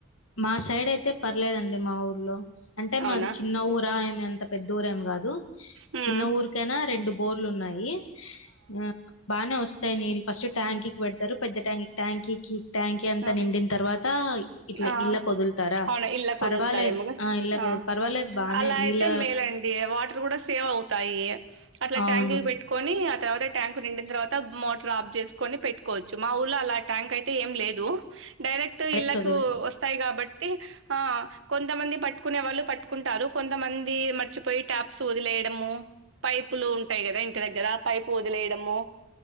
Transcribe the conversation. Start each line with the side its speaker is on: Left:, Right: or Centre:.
Left: మా సైడ్ అయితే పర్లేదండి మా ఊర్లో అంటే
Right: అవునా?
Left: మాది చిన్న ఊరా ఏమి అంత పెద్ద ఊరు ఏం కాదు
Right: హ్మ్.
Left: చిన్న ఊరికైనా రెండు బోర్లు ఉన్నాయి ఆ బానే వస్తాయి నీళ్లు ఫస్ట్ ట్యాంకీకి పెడతారు పెద్ద ట్యాంక్ ట్యాంకీకిి ట్యాంక్ అంతా
Right: ఆ!
Left: నిండిన తర్వాత ఇట్లా
Right: ఆ
Left: ఇళ్ళకొదులుతారా?
Right: అవునా ఇళ్ళకి
Left: పర్వాలేదు.
Right: వదుల్తారేమో కదా
Left: ఇళ్ళకు
Right: ఆ
Left: పర్వాలేదు బానే
Right: అలా
Left: నీళ్ళ
Right: అయితే మేలండి వాటర్ కూడా సేవ్ అవుతాయి అట్లా
Left: అవును.
Right: ట్యాంకీ కి పెట్టుకొని ఆ తర్వాత ట్యాంకు నిండిన తర్వాత మోటర్ ఆఫ్ చేసుకొని పెట్టుకోవచ్చు మా ఊర్లో అలా ట్యాంక్ అయితే ఏం లేదు డైరెక్ట్
Left: కరెక్ట్
Right: ఇళ్ళకు
Left: ఒదులు
Right: వస్తాయి కాబట్టి ఆ కొంతమంది పట్టుకునే వాళ్ళు పట్టుకు పట్టుకుంటారు కొంతమంది మర్చిపోయి ట్యాప్స్ వదిలేయడము పైపులు ఉంటాయి కదా ఇంటి దగ్గర ఆ పైపు వదిలేయడము